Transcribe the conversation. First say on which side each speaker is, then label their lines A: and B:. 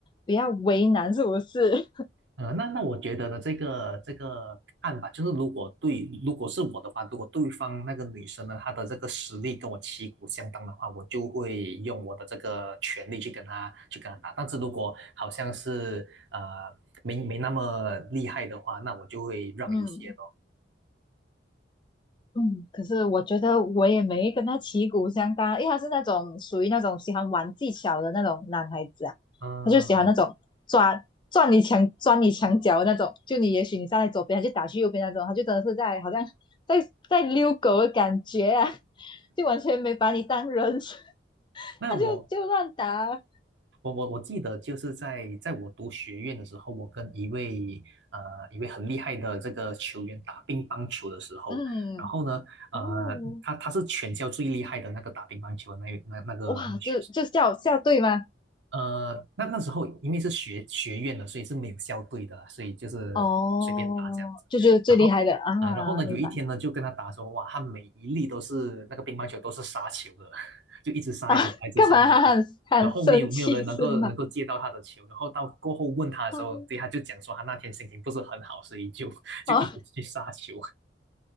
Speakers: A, on the left; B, on the right.
A: 不要为难，是不是？
B: 呃，那那我觉得呢，这个这个看法就是如果对，如果是我的话，如果对方那个女生呢，她的这个实力跟我旗鼓相当的话，我就会用我的这个权利去跟她去跟她打。但是如果好像是呃没没那么厉害的话，那我就会让一些咯。
A: <laughs> 嗯，嗯，可是我觉得我也没跟他旗鼓相当，因为他是那种属于那种喜欢玩技巧的那种男孩子啊，
B: 嗯，
A: 他就喜欢那种抓转你墙钻你墙角的那种，就你也许你站在左边，他就打去右边那种，他就真的是在好像在在遛狗的感觉啊，<laughs> 就完全没把你当人，<laughs>
B: 那我
A: 他就就乱打，
B: 我我我记得就是在在我读学院的时候，我跟一位呃一位很厉害的这个球员打乒乓球的时候，
A: 嗯，
B: 然后呢，呃，
A: 哦，
B: 他他是全校最厉害的那个打乒乓球的那那那个那个学生。
A: 哇，就就叫校队吗？
B: 呃，那那时候因为是学学院的，所以是没有校队的所以就是随便打这样子。
A: 哦，就觉得最厉害的啊，
B: 然后啊，然后呢，
A: 明白。
B: 有一天呢，就跟他打说，哇，他每一粒都是那个乒乓球都是杀球的，<laughs> 就一直杀，
A: 啊，
B: 一直杀，一直杀，
A: 干嘛还很很生气是吗？
B: 一直杀。然后没有没有人能够能够接到他的球，然后到过后问他的时候，
A: 哦，
B: 对，他就讲说他那天心情不是很好，所以就 <laughs> 就一直去杀球。
A: 哦